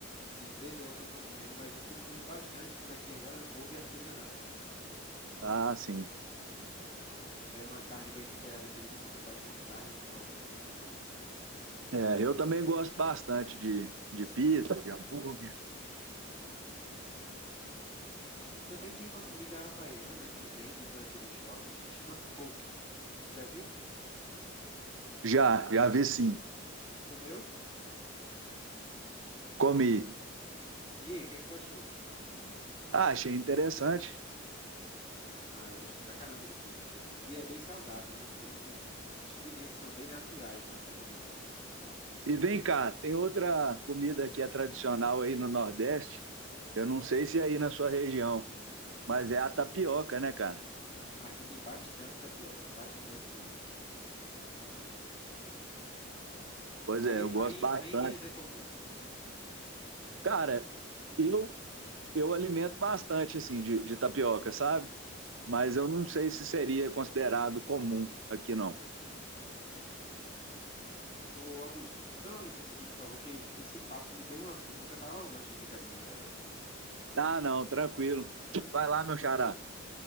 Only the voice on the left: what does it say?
E de vez ou outra eu tô comendo, mas eu tô comendo bastante por aqui agora hambúrguer artesanal.
Não pega uma carne bem temperada, aqueles hambúrguer com bastante carne, nossa, é muito bom.
Também tem uma comida havaiana que vende por aqui nos shoppings que chama poke. Já viu?
Comeu?
E aí, o que é que tu achou?
Ah, eu gostei pra caramba de poke. E é bem saudável, os, os, os, os ingredientes são bem naturais na, na comida.
Aqui tem bastante tapioca, bastante mesmo.
Aí,
aí,
aí em Minas é comum?
Ô, Augusto, tu dá uma licença aqui, por favor, que esse papo me deu uma fome. Vou preparar um lanche aqui pra mim agora.